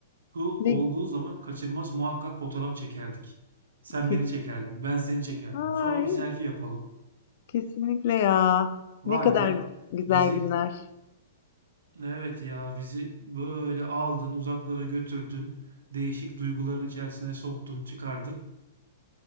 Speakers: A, on the right (about 85°); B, on the left (about 55°).
A: Bu
B: Ne
A: olduğu zaman kaçırmaz muhakkak fotoğraf çekerdik. Sen
B: kes-
A: beni çekerdin, ben seni çekerdim.
B: Ay,
A: Sonra bir selfie yapalım.
B: kesinlikle ya. Ne
A: Vay
B: kadar
A: be.
B: güzel
A: Bizi
B: günler.
A: Evet ya bizi böyle aldın uzaklara götürdün. Değişik duyguların içerisine soktun çıkardın.